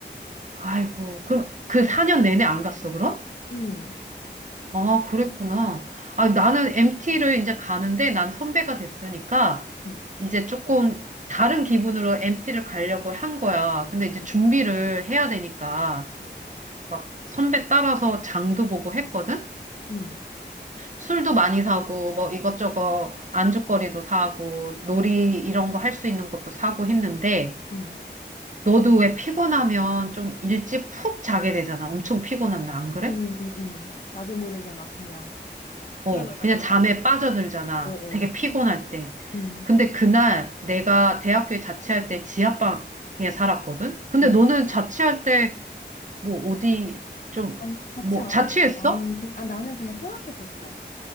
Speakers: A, on the right; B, on the left.
A: 아이고, 그럼 그 4년 내내 안 갔어, 그럼?
B: 음,
A: 아, 그랬구나. 아, 나는 MT를 이제 가는데 난 선배가 됐으니까
B: 음,
A: 이제 조금 다른 기분으로 MT를 가려고 한 거야. 근데 이제
B: 음,
A: 준비를 해야 되니까 막 선배 따라서 장도 보고 했거든?
B: 음,
A: 술도 많이 사고 뭐 이것저것 안주거리도 사고 놀이
B: 음,
A: 이런 거 할 수 있는 것도 사고 했는데
B: 음,
A: 너도 왜 피곤하면 좀 일찍 푹 자게 되잖아. 엄청 피곤한데 안 그래?
B: 음, 음. 나도 모르게 막 그냥
A: 어,
B: 쓰러져가지고.
A: 그냥 잠에 빠져들잖아.
B: 어어.
A: 되게 피곤할 때.
B: 음,
A: 근데 그날 내가 대학교에 자취할 때 지하방에 살았거든? 근데
B: 음.
A: 너는 자취할 때 뭐 어디 좀,
B: 난 자취
A: 뭐
B: 안
A: 자취했어?
B: 했어. 나는 그, 아, 나는 그냥 통학했었어.